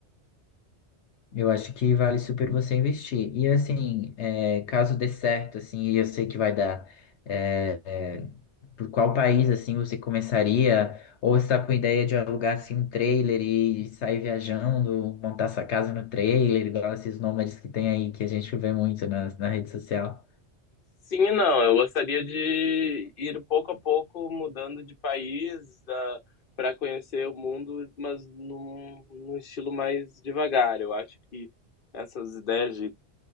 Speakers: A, on the left; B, on the left.
A: Eu acho que vale super você investir. E assim, é, caso dê certo, assim, e eu sei que vai dar, é, é, por qual país, assim, você começaria? Ou você tá com ideia de alugar, assim, um trailer e sair viajando, montar sua casa no trailer, igual esses nômades que tem aí, que a gente vê muito na, na rede social. <laughs>
B: Sim e não. Eu gostaria de ir pouco a pouco mudando de país, para conhecer o mundo, mas num, num estilo mais devagar. Eu acho que essas ideias de